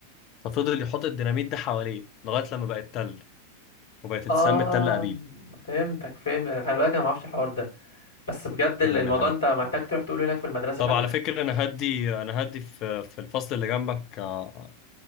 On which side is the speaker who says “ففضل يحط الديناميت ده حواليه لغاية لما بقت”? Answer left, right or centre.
Left